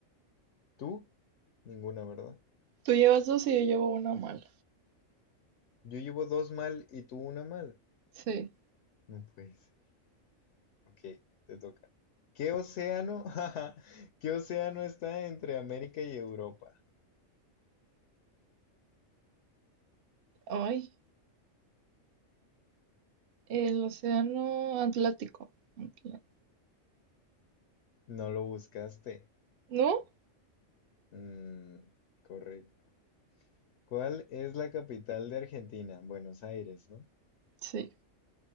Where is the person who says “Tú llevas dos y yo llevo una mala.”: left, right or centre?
Right